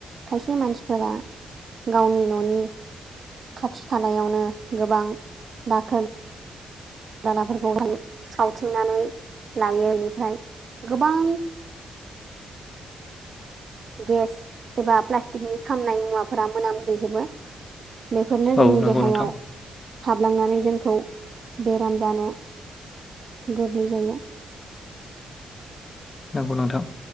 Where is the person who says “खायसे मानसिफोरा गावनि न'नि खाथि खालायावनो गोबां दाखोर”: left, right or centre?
Right